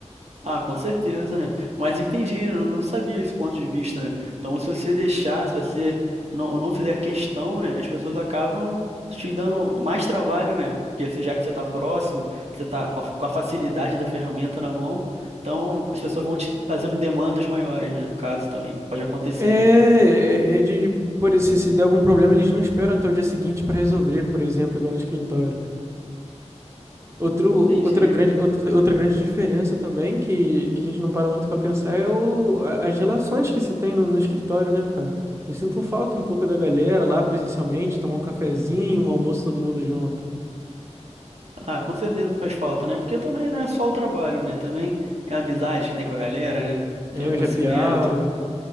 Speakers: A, on the right; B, on the right.
A: Ah, com certeza, né? Mas entendi, né? eu não sabia esse ponto de vista, né? Então, se você deixar, se você não, não fizer questão, né? As pessoas acabam te dando mais trabalho, né? Porque você- já que você está próximo, você está com a, com a facilidade da ferramenta na mão, então as pessoas vão te fazendo demandas maiores, né? No caso também, pode acontecer,
B: É, é
A: né?
B: é de, por isso, se der algum problema, eles não esperam até o dia seguinte para resolver, por exemplo, igual no escritório. Outro, outra
A: Entendi.
B: grande, outra, outra grande diferença também, que, que a gente não para muito para pensar, é o, a- as relações que se tem no, no escritório, né, cara? Eu sinto falta um pouco da galera lá presencialmente, tomar um cafezinho, um almoço todo mundo junto.
A: Ah, com certeza faz falta, né? Porque também não é só o trabalho, né? Também é a amizade que tem com a galera, né?
B: É,
A: Tem o
B: o
A: conhecimento.
B: happy hour.